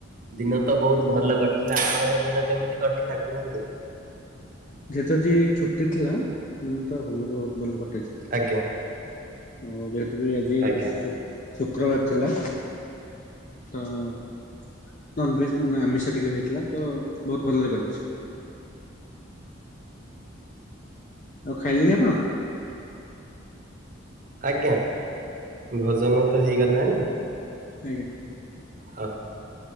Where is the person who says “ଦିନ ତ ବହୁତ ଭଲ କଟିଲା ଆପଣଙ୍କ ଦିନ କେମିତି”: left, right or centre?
Right